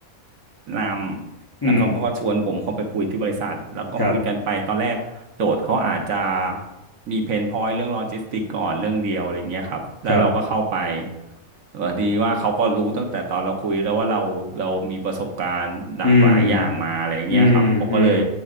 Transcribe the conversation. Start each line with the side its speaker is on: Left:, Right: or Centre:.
Right: นำแล้วเขาก็ชวนผมเข้าไปคุยที่บริษัทแล้วก็คุยกันไปตอนแรกโจทย์เขาอาจจะ
Left: อืมครับ
Right: มีเพนพอยต์เรื่องโลจิสติกก่อนเรื่องเดียวอะไรเงี้ยครับแล้วเราก็เข้าไป
Left: ครับ
Right: เออดีว่าเขาก็รู้ตั้งแต่ตอนเราคุยแล้วว่าเราเรามีประสบการณ์หลากหลายอย่างมาอะไรเงี้ยครับเขาก็เลย
Left: อืมอืมอืม